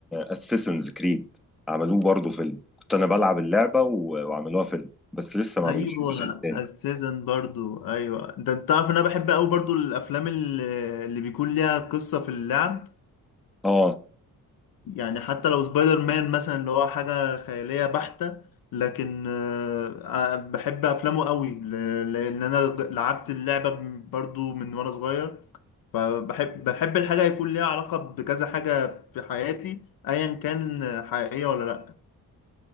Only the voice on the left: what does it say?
ايوه
السيزن برضو ايوه ده انت تعرف ان انا بحب قوي برضو الافلام اللي اللي بيكون ليها قصه في اللعب
يعني حتى لو سبايدر مان مثلا اللي هو حاجة خيالية بحتة لكن آه، آه، بحب أفلامه قوي ل- لأن أنا لعبت اللعبة برضو من وأنا صغير فبحب بحب الحاجة يكون ليها علاقة بكذا حاجة في حياتي أيا كان حقيقية ولا لأ